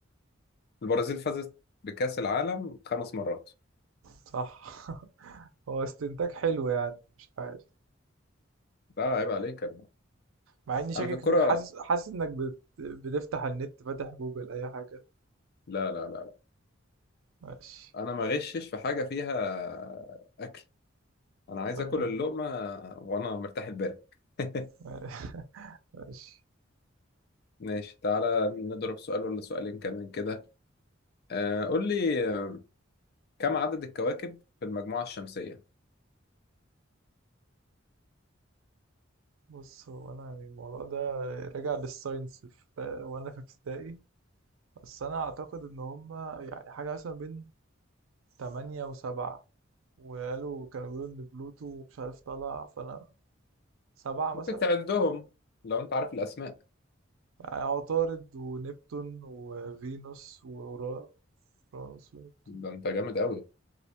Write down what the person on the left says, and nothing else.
البرازيل فازت بكأس العالم خمس مرات
لا عيب عليك يا ابني.
أنا في الكرة
لا لا لا لا
أنا ما غشش في حاجة فيها أكل أنا عايز
آكل
اللقمة وأنا مرتاح البال <laughs>
ماشي تعالى نضرب سؤال ولا سؤالين كمان كده آه، قول لي آه، كم عدد الكواكب في المجموعة الشمسية
ممكن تعدهم لو أنت عارف الأسماء
ده انت جامد قوي